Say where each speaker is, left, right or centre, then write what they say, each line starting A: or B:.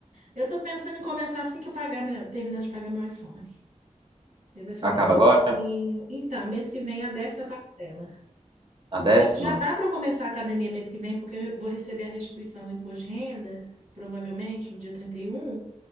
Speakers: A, on the right; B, on the right.
A: Eu tô pensando em começar assim que eu pagar meu, terminar de pagar meu iPhone. Aí vai sobrar
B: Acaba
A: um dinheirinho.
B: agora?
A: Então, mês que vem a décima parcela.
B: A décima?
A: Já dá para começar a academia mês que vem, porque eu vou receber a restituição do imposto de renda, provavelmente no dia 31.